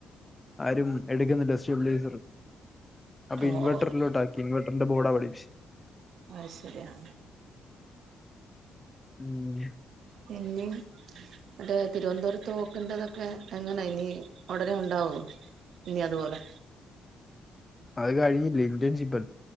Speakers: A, on the left; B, on the right.
A: ആരും എടുക്കുന്നില്ല സ്റ്റെബിലൈസർ അപ്പൊ
B: ഓ
A: ഇൻവർറിലോട്ടാക്കി
B: ഓ
A: ഇൻവർറിന്റെ ബോഡാ അവരു
B: അ ശരിയ അ
A: ഉം
B: പിന്നെ അല്ലേ തിരുവനന്തപുരത്ത് പോക്കേണ്ടതൊക്കെ എങ്ങനാ ഇനി ഉടനെ ഉണ്ടാവോ ഇനി അതുപോലെ
A: അത് കഴിഞ്ഞില്ല ഇന്ത്യൻഷിപ്പ